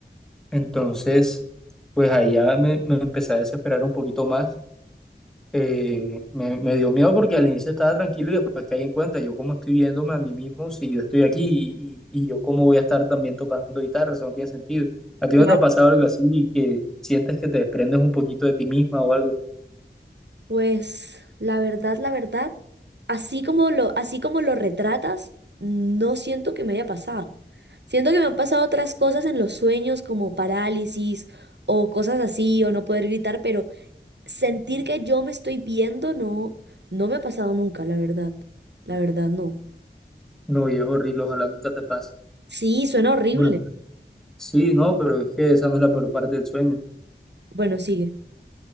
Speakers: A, in the centre; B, on the right.
A: Entonces, pues allá me, me empecé a desesperar un poquito más. Eh, me, me dio miedo porque al inicio estaba tranquilo y después caí en cuenta, yo cómo estoy viéndome a mí mismo si yo estoy aquí y, y- y yo cómo voy a estar también tocando guitarra, eso no tiene sentido. ¿A ti
B: Claro.
A: no te ha pasado algo así que sientes que te desprendes un poquito de ti misma o algo?
B: Pues la verdad, la verdad, así como lo, así como lo retratas, no siento que me haya pasado. Siento que me han pasado otras cosas en los sueños como parálisis o cosas así o no poder gritar, pero sentir que yo me estoy viendo no, no me ha pasado nunca, la verdad. La verdad no.
A: No, y es horrible, ojalá nunca te pase.
B: Sí, suena horrible.
A: Bueno. Sí, no, pero es que esa no es la peor parte del sueño.
B: Bueno, sigue.